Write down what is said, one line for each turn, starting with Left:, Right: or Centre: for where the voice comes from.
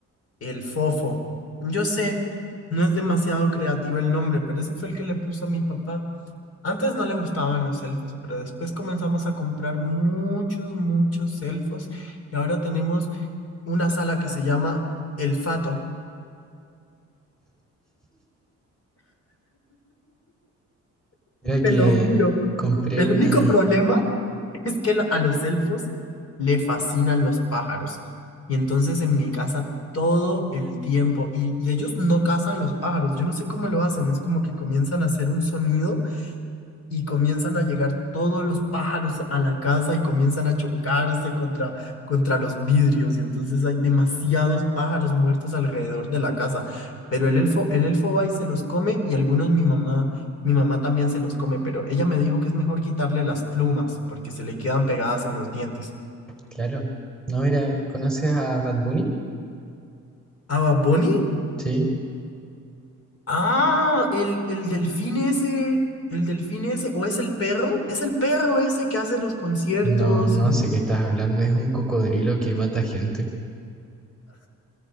Left: El Fofo. Yo sé, no es demasiado creativo el nombre, pero ese fue el que le puso a mi papá. Antes no le gustaban los elfos, pero después comenzamos a comprar muchos, muchos elfos y ahora tenemos una sala que se llama El Fato.
Centre: Mira
Left: Te
Centre: que
Left: lo juro.
Centre: compré
Left: El
Centre: una.
Left: único problema <laughs> es que lo- a los elfos le fascinan los pájaros. Y entonces en mi casa todo el tiempo, y, y ellos no cazan los pájaros, yo no sé cómo lo hacen, es como que comienzan a hacer un sonido y comienzan a llegar todos los pájaros a la casa y comienzan a chocarse contra, contra los vidrios y entonces hay demasiados pájaros muertos alrededor de la casa. Pero el elfo, el elfo va y se los come y algunos mi mamá, mi mamá también se los come, pero ella me dijo que es mejor quitarle las plumas porque se le quedan pegadas en los dientes.
Centre: Claro. No, mira, ¿conoces a Bad Bunny?
Left: ¿A Bad Bunny?
Centre: Sí.
Left: Ah, el, el delfín ese, el delfín ese, o es el perro, es el perro ese que hace los conciertos
Centre: No, no
Left: y
Centre: sé qué estás hablando. Es un cocodrilo que mata gente.